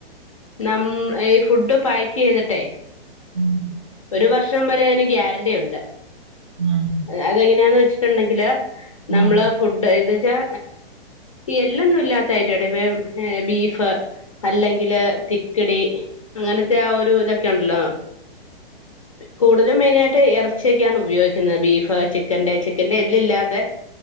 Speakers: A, on the left; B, on the right.
A: നം ഈ ഫുഡ് പാക്കി യ്തിട്ടെ
B: ഉം,
A: ഒരു വർഷം വരെ അതിന് ഗ്യാരണ്ടി ഉണ്ട്
B: ഉം,
A: അതെങ്ങനെയാന്നെ ച്ചിട്ടുണ്ടെങ്കില് നമ്മള്
B: ഉം,
A: ഫുഡ് എത് വെച്ചാ ഈ എല്ലാന്നും ഇല്ലാത്തായിട്ട് ബീഫ് അല്ലെങ്കില് തിക്കിടി അങ്ങനത്തെ ആ ഒരു ഇതൊക്കെണ്ടല്ലോ? കൂടുതലും മെയിനായിട്ട് ഇറച്ചിയൊക്കെയാണ് ഉപയോഗിക്കത് ബീഫ് ചിക്കന്റെ ചിക്കന്റെ എല്ലി ല്ലാതെ